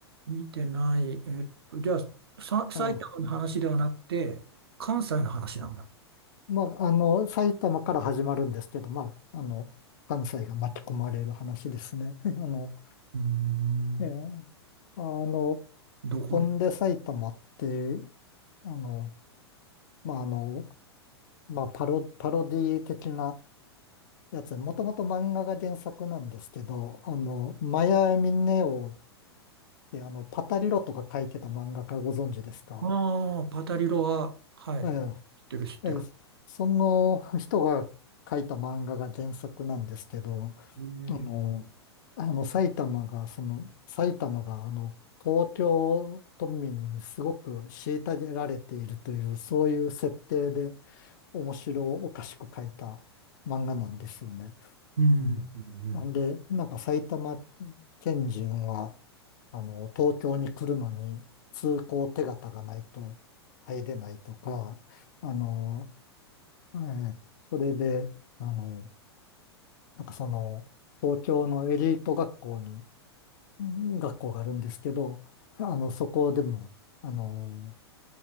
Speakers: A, on the right; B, on the left.
A: 見てない。えっと、じゃあ、さ、埼玉の話ではなくて、
B: あ、
A: 関西の話なんだ。
B: まあ、あの、埼玉から始まるんですけど、まあ、あの、関西が巻き込まれる話ですね。<laughs> あの、
A: うーん。
B: えーあの、
A: どこ
B: 飛んで埼玉って、あの、まあ、あの、まあ、パロ、パロディ的なやつ、もともと漫画が原作なんですけど、あの、マヤミネオで、あの、パタリロとか書いてた漫画家ご存知ですか
A: ああ、パタリロは、はい。
B: え
A: 知ってる、知ってる。
B: え、ええ、その人が書いた漫画が原作なんですけど、
A: へえ
B: あの、あの埼玉が、その、埼玉が、あの、東京都民にすごく虐げられているという、そういう設定で面白おかしく書いた漫画なんですよね。
A: うん。
B: うん。
A: うん
B: なんで、なんか埼玉県人は、あの、東京に来るのに通行手形がないと入れないとか、あの、えーそれで、あの、なんかその、東京のエリート学校に、うん学校があるんですけど、あの、そこでも、あの、